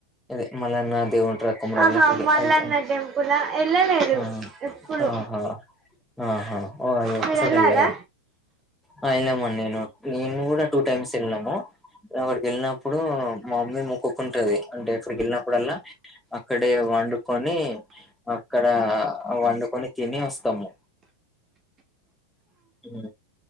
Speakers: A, in the centre; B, on the right.
A: అదే మల్లన్న దేవున్ కుమారవలి
B: ఆహా మల్లన్న
A: ఆల్తే అంతే
B: టెంపుల్ ఆ ఎళ్ళలేదు
A: ఆ
B: ఎప్పుడు
A: ఆహా ఆహా ఆ అయి ఒక
B: మీరు
A: సోటలె
B: ఎళ్ళారా
A: ఆ వెళ్ళామండి నేను నేను కూడా టూ టైమ్స్ వెళ్నము అక్కడికి వెళ్ళినప్పుడు మా మమ్మీ మొక్కుకుంటది అంటే అక్కడికి వెళ్ళినప్పుడల్లా అక్కడే వండుకొని అక్కడ వండుకొని తిని వస్తాము ఎ